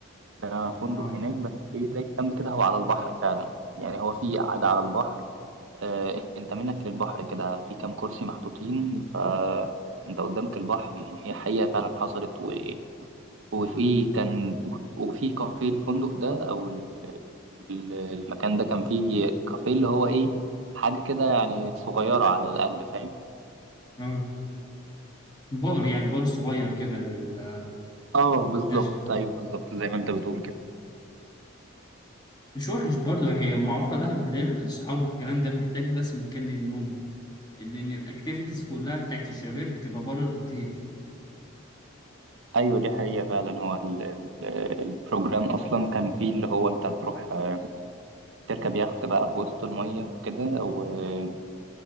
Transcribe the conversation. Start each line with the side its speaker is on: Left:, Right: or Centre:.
Right: ده فندق
Left: اه
Right: هناك بس ايه زي كامب كده هو على البحر فعلا يعني هو في قعدة على البحر آه انت منك للبحر كده في كام كرسي محطوطين فانت قدامك البحر يعني هي حقيقة فعلا حصلت و... وفي كان وفي كافيه الفندق ده او ال- ال- المكان ده كان فيه كافيه اللي هو ايه حاجة كده يعني صغيرة على القد فاهم
Left: اه بار يعني بار صغير كده ال-
Right: اه بالظبط
Left: مش
Right: ايوه بالظبط زي ما انت بتقول كده
Left: مش وحش برضه هي معروفة دهب اللي هي الأصحاب والكلام ده محتاج بس مكان للنوم لأن الأكتيفيتيز كلها بتاعت الشباب بتبقى بره الأوتيل
Right: ايوه دي حقيقة فعلا هو ال- ال- البروجرام اصلا كان فيه اللي هو انت هتروح آه، تركب يخت بقى في وسط المية كده وفي